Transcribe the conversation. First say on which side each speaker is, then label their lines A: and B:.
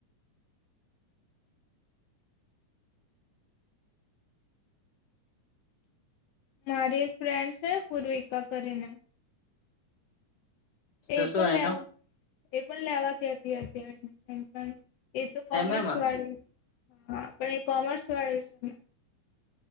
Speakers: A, on the left; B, on the left.
A: મારી એક ફ્રેન્ડ છે પૂર્વિકા કરી ને
B: તો
A: એ
B: શું
A: પણ લેવા
B: એનું
A: એ પણ લેવા કેતી હતી એડમિશન એ તો કોમર્સ
B: એમ એમાં
A: વાળી હા પણ એ કોમર્સ વાળી છે